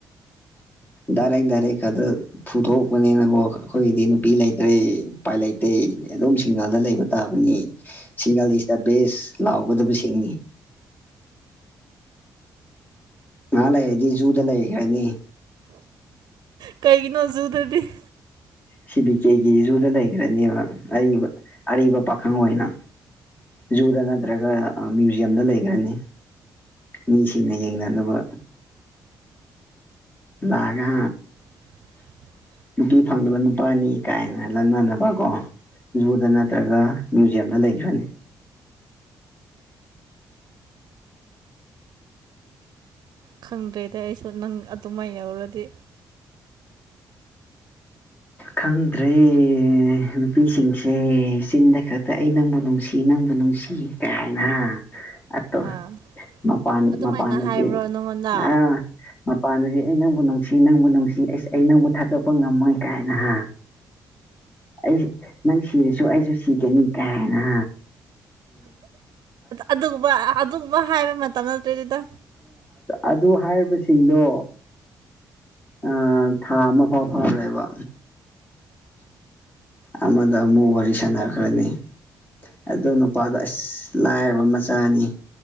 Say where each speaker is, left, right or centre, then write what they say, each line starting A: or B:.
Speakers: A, on the left (about 25°); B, on the right (about 70°).
A: ꯗꯔꯦꯛ ꯗꯔꯦꯛ ꯈꯗ ꯐꯨꯊꯣꯛꯄꯅꯤꯅꯀꯣ ꯑꯩꯈꯣꯏꯒꯤꯗꯤ ꯅꯨꯄꯤ ꯂꯩꯇ꯭ꯔꯦ ꯎꯄꯥꯏ ꯂꯩꯇꯦ ꯑꯗꯨꯝ ꯁꯤꯡꯒꯜꯗ ꯂꯩꯕ ꯇꯥꯕꯅꯤ ꯁꯤꯡꯒꯥꯜ ꯏꯁ ꯗ ꯕꯦꯁ ꯂꯥꯎꯒꯗꯕꯁꯤꯡꯅꯤ ꯉꯍꯥ ꯂꯩꯔꯗꯤ ꯖꯨꯗ ꯂꯩꯈ꯭ꯔꯅꯤ
B: ꯀꯩꯒꯤꯅꯣ ꯖꯨꯗꯗꯤ
A: ꯁꯤ ꯕꯤ ꯀꯦꯒꯤ ꯖꯨꯗ ꯂꯩꯈ꯭ꯔꯅꯦꯕ ꯑꯔꯤꯕ ꯑꯔꯤꯕ ꯄꯥꯈꯪ ꯑꯣꯏꯅ ꯖꯨꯗ ꯅꯠꯇ꯭ꯔꯒ ꯃ꯭ꯌꯨꯖꯤꯌꯝꯗ ꯂꯩꯈ꯭ꯔꯅꯤ ꯃꯤꯁꯤꯡꯅ ꯌꯦꯡꯅꯅꯕ ꯂꯒ
B: <inaudible>
A: ꯅꯨꯄꯤ ꯐꯪꯗꯕ ꯅꯨꯄꯥꯅꯤ ꯀꯥꯏꯅ ꯂꯧꯪꯅꯅꯕ ꯀꯣ ꯖꯨꯗ ꯅꯠꯇ꯭ꯔꯒ ꯃ꯭ꯌꯨꯖꯤꯌꯝꯗ ꯂꯩꯈꯤꯕꯅꯤ
B: ꯈꯪꯗ꯭ꯔꯦꯗ ꯑꯩꯁꯨ ꯅꯪ ꯑꯗꯨꯃꯥꯏꯅ ꯌꯧꯔꯗꯤ
A: ꯈꯪꯗ꯭ꯔꯦ ꯅꯨꯄꯤꯁꯤꯡꯁꯦ ꯆꯤꯟꯗ ꯈꯛꯇ ꯑꯩ ꯅꯪꯕꯨ ꯅꯨꯡꯁꯤ ꯅꯪꯕꯨ ꯅꯨꯡꯁꯤ ꯊ ꯀꯥꯏꯅ ꯑꯇꯣ
B: ꯑꯥ
A: ꯃꯄꯥꯟ
B: ꯑꯗꯨꯃꯥꯏꯅ
A: ꯃꯄꯥꯟꯗꯗꯤ
B: ꯍꯥꯏꯕ꯭ꯔꯣ ꯅꯪꯉꯣꯟꯗ
A: ꯑ ꯃꯄꯥꯟꯗꯗꯤ ꯑꯩ ꯅꯪꯕꯨ ꯅꯨꯡꯁꯤ ꯅꯪꯕꯨ ꯅꯨꯡꯁꯤꯁ ꯑꯩ ꯅꯪꯕꯨ ꯊꯥꯗꯣꯛꯄ ꯉꯝꯃꯣꯏ ꯀꯥꯏ ꯍꯥ ꯑꯩ ꯅꯪ ꯁꯤꯔꯁꯨ ꯑꯩꯁꯨ ꯁꯤꯒꯅꯤ ꯀꯥꯏ ꯍꯥꯏꯅ
B: ꯑꯗꯨꯒꯨꯝꯕ ꯑꯗꯨꯒꯨꯝꯕ ꯍꯥꯏꯕ ꯃꯇꯝ ꯅꯠꯇ꯭ꯔꯦꯗꯤꯇ
A: ꯑꯗꯨ ꯍꯥꯏꯔꯤꯕꯁꯤꯡꯗꯣ ꯑ ꯊ ꯑꯃ ꯐ ꯐꯔꯦꯕ ꯑꯃꯗ ꯃꯨ ꯋꯥꯔꯤ ꯁꯅꯔ ꯀꯔꯅꯤ ꯑꯗꯣ ꯅꯨꯄꯥꯗꯣ ꯑꯁ ꯂꯥꯏꯔꯕ ꯃꯆꯥꯅꯤ